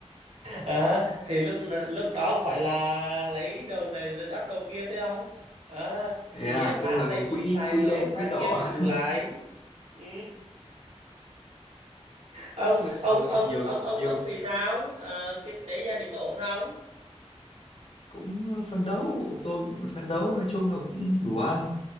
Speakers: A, on the right; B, on the left.
A: <laughs> Đó, thì lúc lúc đó không phải là lấy đầu này để đắp đầu kia thôi không Đó,
B: thế là
A: thì tháng
B: tức là
A: này
B: có
A: mình
B: quỹ
A: xài
B: quỹ
A: lỗ
B: đen
A: thì tháng
B: quỹ đỏ
A: kia mình bù
B: <laughs>
A: lại ừ. ông
B: tức là
A: ông
B: ông ấy
A: ông
B: nhiều
A: ông ông
B: nhiều
A: ông thì sao Ờ, kinh tế gia đình có ổn không
B: cũng phấn đấu tôi cũng phấn đấu nói chung là cũng đủ ăn